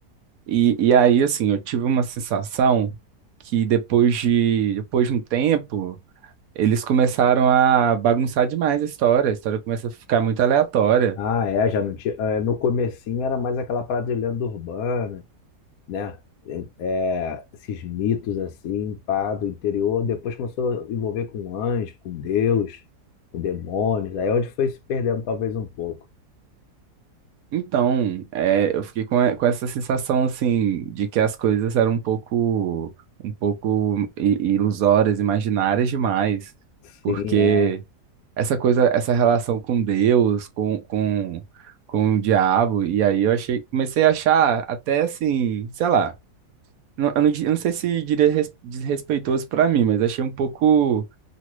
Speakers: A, on the right; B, on the left.
A: E, e aí, assim, eu tive uma sensação que depois de, depois de um tempo, eles começaram a bagunçar demais a história. A história começa a ficar muito aleatória.
B: Ah, é, já não tinha. é, No comecinho era mais aquela parada de lenda urbana, né? É, é, esses mitos assim, pá, do interior. Depois começou a envolver com anjo, com Deus, com demônios. Aí é onde foi se perdendo talvez um pouco.
A: Então, é, eu fiquei com, e- com essa sensação assim de que as coisas eram um pouco um pouco i- ilusórias, imaginárias demais,
B: Sim,
A: porque
B: é.
A: essa coisa, essa relação com Deus, com, com, com o diabo, e aí eu achei, comecei a achar até assim, sei lá, não- eu não, di- eu não sei se diria res- desrespeitoso para mim, mas achei um pouco